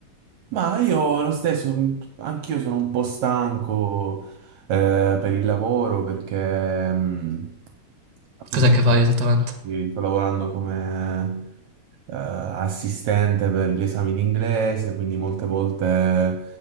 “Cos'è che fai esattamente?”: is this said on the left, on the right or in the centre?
Right